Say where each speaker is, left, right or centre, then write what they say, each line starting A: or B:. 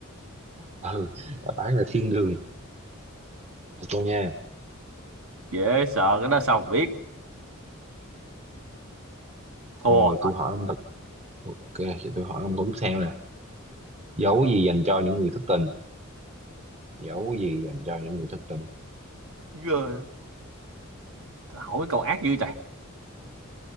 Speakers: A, on the right; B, on the right.
A: ừ đã bán là thiên đường ok nha
B: dễ sợ cái đó sao mà biết
A: ok,
B: thua
A: tôi hỏi ông thật ok thì tôi hỏi ông câu tiếp theo nè dấu gì dành cho những người thất tình dấu gì dành cho những người thất tình
B: Giờ, hỏi mấy câu ác dữ trời